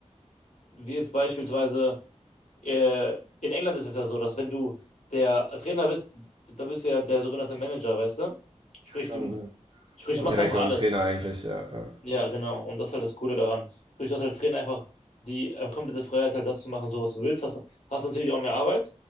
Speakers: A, on the left (about 75°); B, on the right (about 45°).
A: wie jetzt beispielsweise äh, in England ist es ja so, dass wenn du der Trainer bist, dann bist du ja der sogenannte Manager, weißt du? Sprich,
B: genau,
A: du,
B: du bist
A: sprich,
B: Sportdirektor
A: du machst einfach alles.
B: und Trainer eigentlich, ja. ja.
A: Ja, genau. Und das ist halt das Coole daran. Sprich, du hast als Trainer einfach die ähm, komplette Freiheit, halt das zu machen, so was du willst. Hast, hast natürlich auch mehr Arbeit,